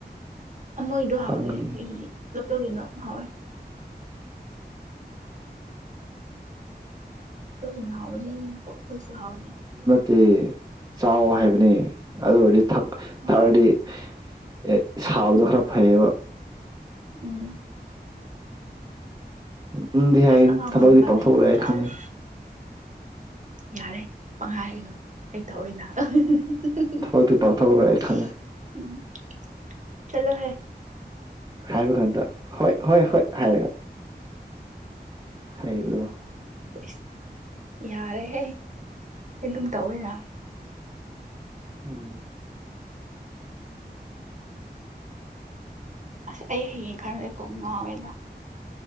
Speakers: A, on the right; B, on the right.
A: ꯃꯣꯏꯗꫭ
B: ꯐꯪꯒꯅꯤ
A: ꯍꯥꯎꯗꯦ ꯑꯩꯒꯤꯗꯤ ꯂꯣꯀꯦꯜꯒꯤꯅꯣ ꯍꯥꯎꯋꯦ ꯇꯒꯅ ꯍꯥꯎꯅꯤ ꯑꯈꫭꯏꯁꯨ ꯍꯥꯎꯅꯤ
B: ꯇꯦ ꯆꯥꯎ ꯍꯥꯏꯕꯅꯤ ꯑꯗꯨ ꯑꯣꯏꯔꯗꯤ ꯊꯛ
A: ꯍꯣꯏ
B: ꯊꯥꯛ ꯑꯗꯤ ꯑꯦ ꯁꯥꯕꯗꯣ ꯈꯔ ꯐꯩꯌꯦꯕ
A: ꯎꯝ
B: ꯎꯝ ꯎꯝꯗꯤ ꯍꯥꯏ
A: ꯑꯁ ꯑꯉꯥꯡ
B: ꯊꯕꯛꯇꯗꯤ
A: ꯑꯣꯏꯔꯝ ꯀꯥꯟꯗ
B: ꯄꯥꯡꯊꯣꯛꯔꫭꯏ
A: ꯑꯩ ꯌꯥꯝ
B: ꯍꯥꯏ
A: ꯆꯥꯕꯅꯦ
B: ꯈꯪꯉꯦ
A: ꯌꯥꯔꯦ ꯄꯪꯍꯥꯏ ꯍꯥꯏꯒꯅꯨ ꯑꯩ ꯊꯋꯦꯅ <unintelligible>
B: ꯊꯕꯛꯇꯤ ꯄꯥꯡꯊꯣꯛꯎꯔꯣꯏ ꯑꯩ ꯈꯪꯉꯦ
A: ꯆꯠꯂꫭꯍꯦ
B: ꯍꯥꯏꯕ ꯀꯥꯟꯗ ꯍꯣꯏ ꯍꯣꯏ ꯍꯣꯏ ꯍꯥꯏꯔꯒ ꯍꯥꯏꯕꯗꯣ
A: ꯏꯁ ꯌꯥꯔꯦꯍꯦ ꯑꯗꯨꯝ ꯇꯧꯋꯤꯅ
B: ꯎꯝ
A: ꯑꯁ ꯑꯩ ꯍꯌꯦꯛ ꯈꯟꯕꯗ ꯀꯣꯛ ꯉꯥꯡꯋꯦꯗ